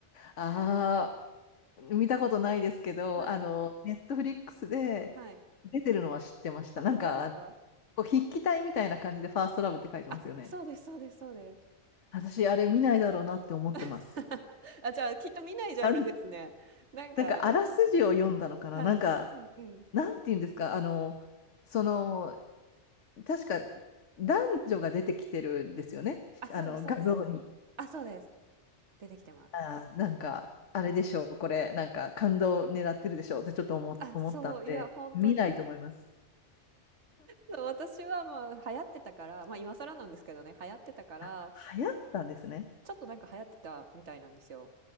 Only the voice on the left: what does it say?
ああ、見たことないですけど、
あの、ネットフリックスで出てるのは知ってました。
なんか、
あのこう筆記体みたいな感じでファーストラブって書いてますよね。
私、あれ見ないだろうなって思ってます。
あん
なんか、あらすじを読んだのかななんか、
なんて言うんですかあの、その、確か男女が出てきてるんですよね。
あの画像に。
あー、なんか、
あれでしょう、これ、なんか感動狙ってるでしょうってちょっと思、
思ったんで、
見ないと思います。
あ、流行ったんですね。